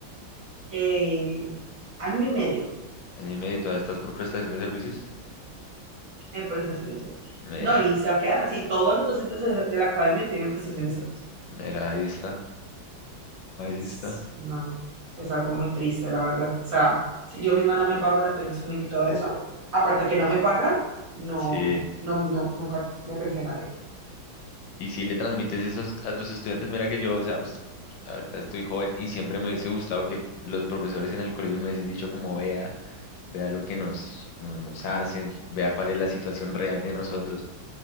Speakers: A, on the right; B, on the left.
A: Eh, año y medio
B: Año y medio, ¿todavía estás por prestación de servicios?
A: en prestación de servicio.
B: Mira,
A: No, y se va a quedar así. Todos los docentes de, de la academia tienen prestación de servicio.
B: mira, ahí está, ahí
A: Es-
B: está.
A: No, es algo muy triste, la verdad. O sea, si yo misma no me pago la pensión y todo eso, aparte que no me pagan, no,
B: Sí.
A: no, no, nunca me pensionaré.
B: Y si le transmites eso a tus estudiantes, mira que yo, o sea, pues, ahorita estoy joven y siempre me hubiese gustado que los profesores en el colegio me hubiesen dicho como vea. vea lo que nos, no- nos hacen, vea cuál es la situación real de nosotros,